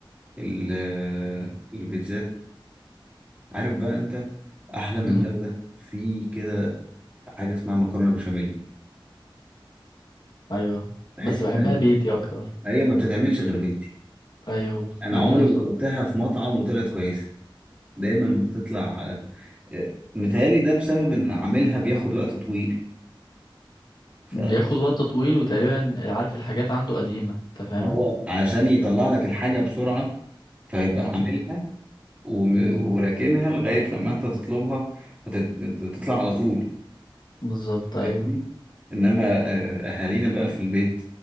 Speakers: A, on the right; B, on the left.
A: ال- البيتزات عارف بقى انت احلى من
B: مم.
A: ده وده في كده حاجه اسمها مكرونه بشاميل
B: ايوه
A: في
B: بس
A: حته
B: بحبها
A: تانية
B: بيتي اكتر
A: هي ما بتتعملش غير بيتي
B: ايوه
A: انا
B: جميلة
A: عمري
B: بصراحة
A: ما دقتها في مطعم وطلعت كويسه دايما بتطلع آه، متهيألي ده بسبب ان عاملها بياخد وقت طويل فما
B: بياخد وقت طويل وتقريبا عارف الحاجات عنده قديمة انت فاهم
A: هو عشان يطلع لك الحاجه بسرعه فيبقى
B: مم.
A: عاملها وم-
B: مم.
A: وراكنها لغايه لما انت تطلبها هتت- هتطلع على طول
B: بالظبط ايوه
A: فاهمني انما آه، اهالينا بقى في البيت